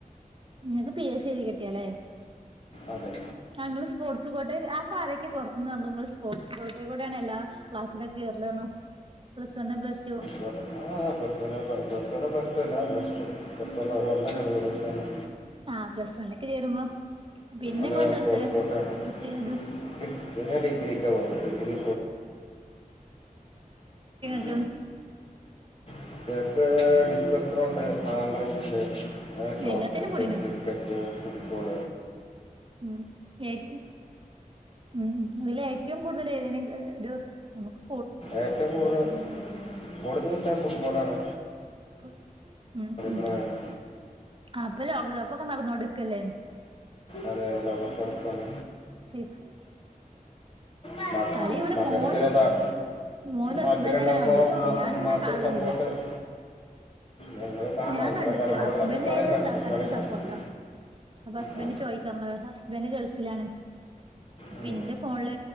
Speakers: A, on the right (about 35°); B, on the left (about 40°).
A: ഇങ്ങെക്ക് പി എസ് സി എഴ്തി കിട്ടിയാലെ
B: അതെ
A: ഞങ്ങള്ൾ സ്പോർട്സ് കോട്ടെ ആഹ് ഇങ്ങെൾ സ്പോർട്സ് കോട്ടെ കേ അപ്പ ആരൊക്കെ പൊർത്ത്ന്ന് പർണു ഇങ്ങെൾ സ്പോർട്സ് കോട്ടെ കൂടെ ആണ് എല്ലാ ക്ലാസ്സിലൊക്കെ കേർൽ പർണു പ്ലസ് വണ്ണ് പ്ലസ് ടു
B: വെണ്ണ് ആഹ് ആഹ് പ്ലസ് വെണ്ണ് പ്ലസ് പ്ലസ് വെണ്ണും പ്ലസ് ടും എല്ലാം ഇണ്ട് പ്ലസ് വണ്ണ് അവെര് വന്നെ അല്ലെ ഉള്ളു പ്ലസ് വണ്ണ്
A: ആഹ് പ്ലസ് വണ്ണ്ക്ക് ചേരുമ്പം പിന്നെ
B: അത്
A: ഇങ്ങെൾ എന്താ
B: സ്പോർട്സ്
A: ഇട്ത്തെ?
B: കോട്ടയാണ്
A: പ്ലസ് ടു കഴ്ഞ്ഞ്ട്ട്?
B: പിന്നെ ഞാൻ ഡിഗ്രിക്കാ പോയെത് ഡിഗ്രി
A: തും
B: <unintelligible> <unintelligible> ഡിസ്‌കസ് ത്രോ ഇണ്ട് ഹാമെറിങ്ങ് ഇണ്ട് അതായെത് ഷോർട്ട്പുട്ട്,
A: എല്ലാത്തിനും കൂടിനു
B: ക്രിക്കെറ്റ്, ഫുട്ബോൾ
A: ഉം ഏറ്റ ഉം അതിൽ ഏറ്റവും കൂട്തെൽ ഏതിന് ഏഹ് ഒരു ഞമ്മക്കു
B: ഏറ്റവും കൂട്തെൽ പോണെത് ചോയിച്ചാ ഫുട്ബോൾ ആണ്
A: ഫുഡ് ഉം ഉം
B: ത്രോയാണ്
A: ആഹ് ഇപ്പം ലോകകപ്പ് ഒക്കെ നടന്നോണ്ട്ക്ക അല്ലെ?
B: അതെ ലോകകപ്പ് നട്ക്കാണ്.
A: ഫിഫ
B: ഉമ്മ അറിയാം
A: കളി ഇവെടെ
B: മകന്
A: മോനും
B: ചെറിയ താ-
A: മോനും
B: താല്പര്യം
A: ഹസ്ബെന്റും
B: ഉണ്ടാകുമ്പോൾ
A: അങ്ങനെ കണ്ട് ഇര്ക്കും
B: ഉമ്മ
A: ഞാൻ
B: ഉമ്മാക്കൊരു
A: അങ്ങനെ കാൺലൊന്നും
B: സപ്പോർട്ട്
A: ഇല്ല
B: നിങ്ങൾ കാണണം
A: ഞാൻ
B: നിങ്ങളെ
A: കണ്ട്ര്ക്കെൽ
B: തലമുറകളൊക്കെ
A: ഇല്ല ഹസ്ബെന്റ്
B: കളി
A: അയിന്
B: കാണും
A: കട്ട
B: കളി കാണും
A: സപ്പോട്ടാ അപ്പ ഹസ്ബെന്റ്
B: ആ
A: ചോയിക്കാൻ പറിം ഹസ്ബെന്റ് ഗൾഫിലാണ്. അപ്പ
B: ഉം.
A: ഇന്റെ ഫോണ്ൽ